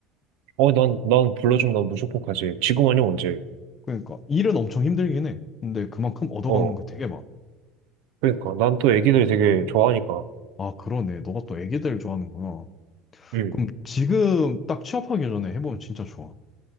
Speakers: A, on the right; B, on the left.
A: 어, 난, 난 불러주면 난 무조건 가지. 지금 아니면 언제?
B: 그러니까 일은 엄청 힘들긴 해. 근데 그만큼 얻어가는
A: 어.
B: 거 되게 많아.
A: 그러니까 난 또 애기들 되게 좋아하니까.
B: 아, 그러네. 너가 또 애기들 좋아하는구나.
A: 응,
B: 그럼 지금 딱 취업하기 전에 해보면 진짜 좋아.